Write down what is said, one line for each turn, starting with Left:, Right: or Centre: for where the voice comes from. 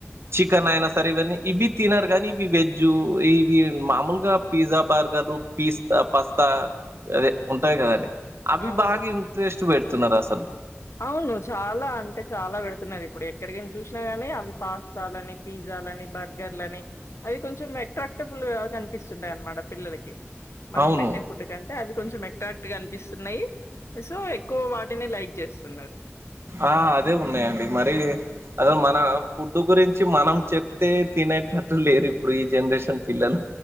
Right: చికెన్ అయినా సరే ఇవన్ని ఇవ్వి తినరు గానీ ఇవి వెజు ఇవి మామూలుగా పిజ్జా బర్గర్. రు పీస్తా పాస్తా అదే ఉంటాయ్ గదండి అవి
Left: అవును.
Right: బాగా ఇంట్రెస్ట్ పెడుతున్నారు అసలు
Left: అవును చాలా అంటే చాలా వెడుతున్నారు ఇప్పుడే కడిగన్ చూసినా గానీ అవి పాస్తాలని, పిజ్జాలని, బర్గర్లని, అవి కొంచెం అట్రాక్టబుల్. <unintelligible> కన్పిస్సుందన్మాట పిల్లలకి మనం
Right: అవును
Left: పెట్టే ఫుడ్ కాన్ చు నెట్టాక్ట్గ అనిపిస్తున్నయి సో ఎక్కువ వాటినే లైక్ చేస్తున్నారు
Right: ఆ అదే ఉన్నయండి మరీ అదో మన ఫు టు గురించి మనం చెప్తే తినేటట్టు లేరు ఇప్పుడు ఈ జనరేషన్ పిల్లలు